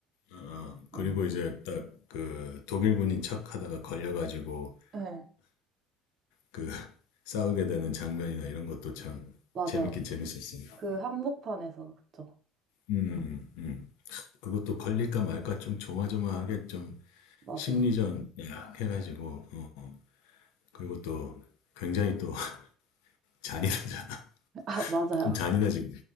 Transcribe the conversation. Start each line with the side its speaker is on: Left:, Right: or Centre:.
Left: 어, 어. 그리고
Right: 음.
Left: 이제 딱 그 독일군인 척하다가 걸려가지고
Right: 네,
Left: 그 <laughs> 싸우게 되는 장면이나 이런 것도 참
Right: 맞아요.
Left: 재밌긴 재밌었습니다.
Right: 그 한복판에서, 그쵸.
Left: 음, 음, 음. 그것도 걸릴까 말까 좀 조마조마하게 좀
Right: 맞아요.
Left: 심리전 약 해가지고 어, 어. 그리고 또 굉장히 또 <laughs> 잔인하잖아.
Right: <laughs> 아, 맞아요.
Left: 좀 잔인하지.